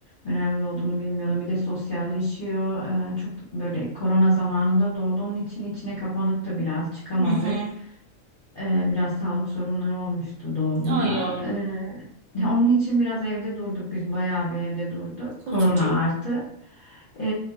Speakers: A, on the left; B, on the right.
A: önemli olduğunu bilmiyordum. Bir de sosyalleşiyor. Ee, çok böyle korona zamanında doğduğunun için içine kapanık da biraz çıkamadık.
B: hı hı.
A: Ee, biraz sağlık sorunları olmuştu doğduğunda.
B: Ay yavrum,
A: Ee, onun için biraz evde durduk biz bayağı bir evde durduk.
B: kuzucuğum,
A: Korona artı. Ee,